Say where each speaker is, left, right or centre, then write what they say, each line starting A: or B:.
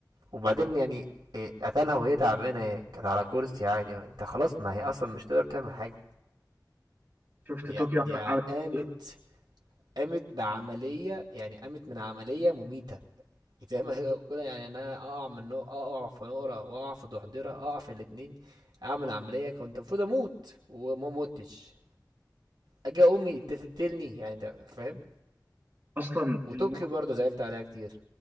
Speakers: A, on the right; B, on the right.
A: وبعدين يعني إيه، قتلها وهي تعبانه هي كانت على كرسي عادي يعني انت خلاص ما هي اصلا مش تقدر تعمل حاجه
B: شفت
A: دي
B: طوكيو
A: دي
B: عمل
A: قامت
B: ايه
A: قامت بعملية يعني قامت من عملية مميتة <laughs> زي ما يقول يعني انا اقع من نق... اقع في نقرة واقع في ضحضرة اقع في الاتنين اعمل عملية كنت المفروض اموت وما متش اجي امي انت تقتلني يعني انت فاهم
B: اصلا
A: وطوكيو
B: المخ...
A: برضه زعلت عليها كتير